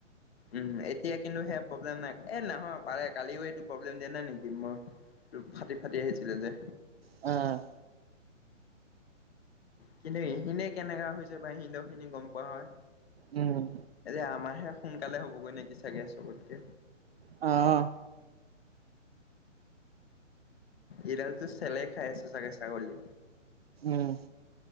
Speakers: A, on the left; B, on the right.
A: উম! এতিয়া কিন্তু, সেয়া, প্ৰব্লেম নাই। এ, নহয় পাৰে। কালিও, এইটো প্ৰব্লেম দিয়া নাই নেকি? মই ফাটি, ফাটি আহিছিলে যে।
B: অ'!
A: কিন্তু, এইখিনিয়ে কেনেকা হৈছে বা হিন্দু খিনি গম পোৱা হয়।
B: উম
A: এতিয়া আমাৰহে সোনকালে হ'বগৈ নেকি চাগে চবতকে।
B: অ'!
A: এইডালতো চেলে খাই আছে চাগে ছাগলী।
B: উম!